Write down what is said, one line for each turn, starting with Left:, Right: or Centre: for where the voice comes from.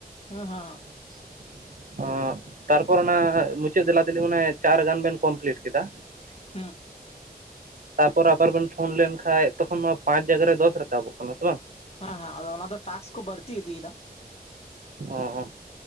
Left: ᱦᱮᱸ ᱦᱚᱸ ᱦᱚᱸ
Right: <inaudible> ᱚᱸᱜ ᱛᱟᱨᱯᱚᱨ ᱚᱱᱟ ᱢᱩᱪᱟᱹᱫ ᱫᱮᱞᱟ ᱛᱮᱞᱤ ᱚᱱᱮ ᱪᱟᱨ ᱜᱟᱱ ᱵᱮᱱ ᱠᱚᱢᱯᱞᱤᱴ ᱠᱮᱫᱟ
Left: ᱦᱩᱸ
Right: ᱛᱟᱯᱚᱨ ᱟᱵᱟᱨ ᱵᱮᱱ ᱯᱷᱳᱱ ᱞᱮᱱᱠᱷᱟᱡ ᱛᱚᱠᱷᱚᱱ ᱢᱟ ᱯᱟᱸᱪ ᱡᱟᱜᱟ ᱨᱮ ᱫᱚᱥ ᱨᱟᱠᱟᱵᱚᱜ ᱠᱟᱱᱟ ᱥᱮ ᱵᱟᱝ
Left: ᱦᱮᱸ ᱦᱮᱸ ᱟᱫᱚ ᱚᱱᱟ ᱫᱚ ᱴᱟᱠᱥ ᱠᱚ ᱵᱟᱹᱲᱛᱤ ᱤᱫᱤᱭᱮᱫᱟ ᱾
Right: ᱚᱸ